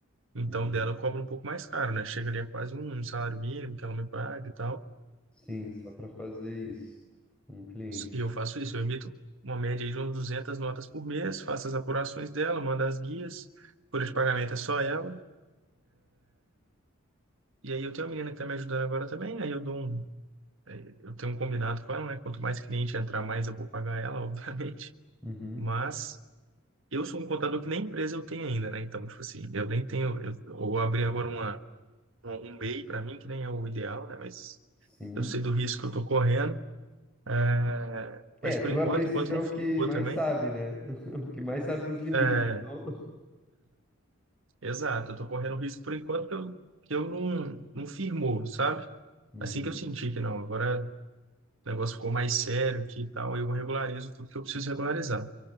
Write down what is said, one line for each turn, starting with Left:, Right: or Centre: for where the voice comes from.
Right: Então
Centre: uhum.
Right: dela eu cobro um pouco mais caro, né? Chega ali a quase um um salário mínimo que ela me paga e tal.
Centre: Sim, só pra fazer isso. Um cliente.
Right: E eu faço isso, eu emito uma média aí de umas 200 notas por mês, faço as apurações dela, mando as guias. Folha de pagamento é só ela. E aí eu tenho uma menina que tá me ajudando agora também. Aí eu dou um eu tenho um combinado com ela, né? Quanto mais cliente entrar, mais eu vou pagar ela, <laughs> obviamente.
Centre: Uhum.
Right: Mas eu sou um contador que nem empresa eu tenho ainda, né? Então, tipo assim, eu nem tenho. Eu, eu vou abrir agora uma, uma- um MEI para mim, que nem é o ideal, né? Mas
Centre: Sim.
Right: eu sei do risco que eu estou correndo. É,
Centre: É,
Right: mas por
Centre: tu
Right: enquanto,
Centre: a princípio
Right: enquanto não
Centre: é o
Right: firmou
Centre: que mais
Right: também.
Centre: sabe, né? <laughs> O que mais sabe dos limites.
Right: É,
Centre: Não?
Right: exato, eu estou correndo risco por enquanto que eu, que eu não, não firmou, sabe?
Centre: Uhum,
Right: Assim que eu senti que não, agora o negócio ficou mais sério aqui e tal, eu regularizo tudo que eu preciso regularizar.